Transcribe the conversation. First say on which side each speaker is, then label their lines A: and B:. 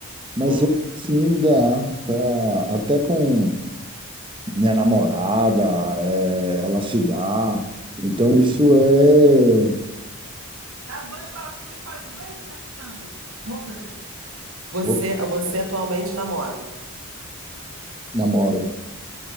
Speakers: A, on the right; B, on the right.
A: Mas
B: Sim.
A: eu sim dá, tá, até com minha namorada, é, ela se dá. Então isso é
B: Dá dois toquinhos, fala assim, tô entrando. Roupa da Você,
A: Eu
B: você atualmente namora.
A: namoro.